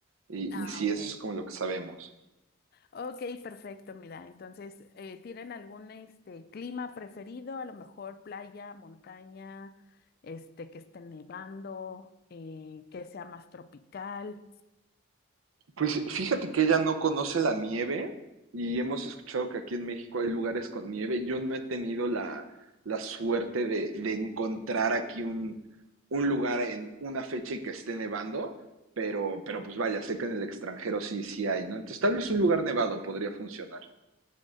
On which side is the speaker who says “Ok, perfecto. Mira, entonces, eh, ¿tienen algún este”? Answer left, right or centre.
Left